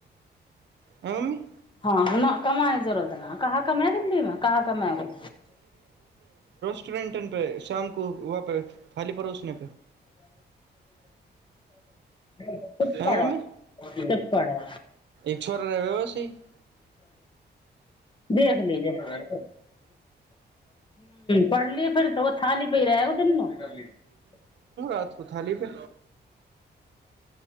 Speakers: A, on the right; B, on the left.
A: ह मम्मी
B: हँ न कमाई जुड़त ह कहा कमाई दिल्ली मे कहाँ कमा ब
A: स्टोरेट पे शाम को वहाँ पे फाली पड़ोसने
B: चुप
A: हाँ
B: करो
A: मम्मी
B: चुप करो
A: छोर रहै वैसी <unintelligible>
B: देख लीजिए हूँ पढ़लिए फेर तो खाली पै रहग दूनु <unintelligible>
A: आज के थाली पे